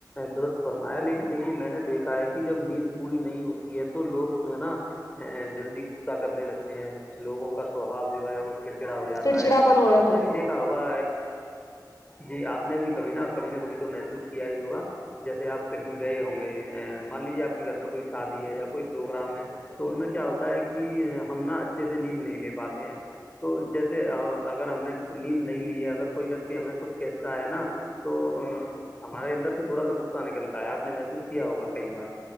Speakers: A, on the left; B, on the left.
A: درست فرمایا لیکن دیکھیے میں نے دیکھا ہے کہ جب نیند پوری نہیں ہوتی ہے تو لوگ جو ہے نا جلدی غصہ کرنے لگتے ہیں لوگوں کا سوھاؤ جو ہے وہ چڑچڑا ہو جاتا
B: چڑچڑاپن
A: ہے
B: ہو جاتا
A: آپ نے
B: ہے۔
A: بھی دیکھا ہوا جی آپ نے بھی کبھی نا کبھی نہ کبھی تو محسوس کیا ہی ہوگا جیسے آپ کہیں گئے ہوں گے ا مان لیجیے آپ کے گھر میں کوئی شادی ہے یا کوئی پروگرام ہے تو ان میں کیا ہوتا ہے کہ ہم نا اچھے سے نیند نہیں لے پاتے ہیں تو جیسے اگر ہم نے نیند نہیں لی ہے اگر کوئی ویکتی ہمیں کچھ کہتا ہے نا تو ا ہمارے اندر سے تھوڑا سا غصہ نکلتا ہے آپ نے محسوس کیا ہوگا کئی بار